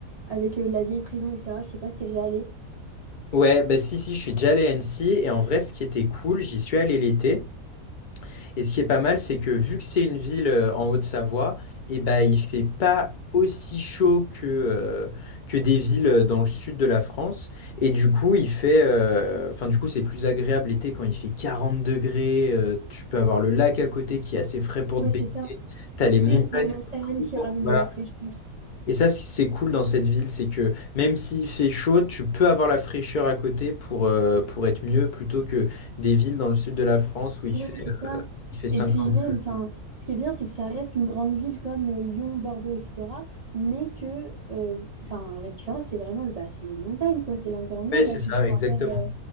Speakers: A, on the right (about 75°); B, on the left (about 65°).
A: avec euh, la vieille prison, etc. Je sais pas si t'es déjà allé.
B: Ouais, bah si, si, je suis déjà allé à Annecy et en vrai, ce qui était cool, j'y suis allé l'été. Et ce qui est pas mal, c'est que vu que c'est une ville euh, en Haute-Savoie, et bah il fait pas aussi chaud que, euh, que des villes euh, dans le sud de la France. Et du coup, il fait. euh, Enfin, du coup, c'est plus agréable l'été quand il fait 40 degrés. euh, tu peux avoir le lac à côté qui est assez frais pour
A: Ouais,
B: te baigner.
A: c'est ça.
B: T'as les
A: plus
B: montagnes.
A: les montagnes
B: autour,
A: qui ramènent
B: Voilà.
A: de la fraîcheur.
B: Et ça, c- c'est cool dans cette ville, c'est que même s'il fait chaud, tu peux avoir la fraîcheur à côté pour, euh, pour être mieux plutôt que des villes dans le sud de la France où il
A: Ouais,
B: fait,
A: c'est ça.
B: il fait cinquante.
A: Et puis même,
B: degrés.
A: enfin, ce qui est bien, c'est que ça reste une grande ville comme euh, Lyon, Bordeaux, etc. Mais que, euh, enfin, la différence, c'est vraiment, le- bah, c'est les montagnes, quoi, c'est l'environnement.
B: Ouais,
A: Là,
B: c'est
A: tu
B: ça,
A: te prends,
B: exactement.
A: euh,